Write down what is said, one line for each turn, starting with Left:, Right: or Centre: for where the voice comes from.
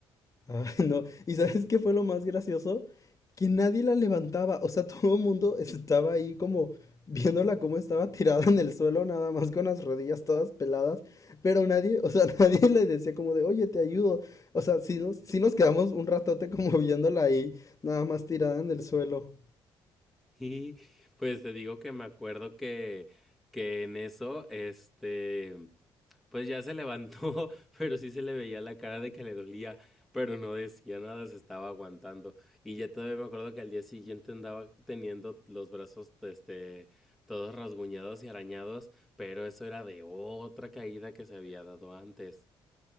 Left: Ay, <laughs> no. ¿Y sabes qué fue lo más gracioso? Que nadie la levantaba. O sea, <laughs> todo el mundo estaba ahí como viéndola como estaba tirada en el suelo, nada más con las rodillas todas peladas. Pero nadie, o sea, <laughs> nadie le decía como de, oye, te ayudo. O sea, si nos, sí nos quedamos un ratote como viéndola ahí, nada más tirada en el suelo.
Centre: Y pues te digo que me acuerdo que, que en eso, este... Pues ya se levantó, <laughs> pero sí se le veía la cara de que le dolía, pero no decía nada, se estaba aguantando. Y ya todavía me acuerdo que al día siguiente andaba teniendo los brazos, este, todos rasguñados y arañados, pero eso era de otra caída que se había dado antes.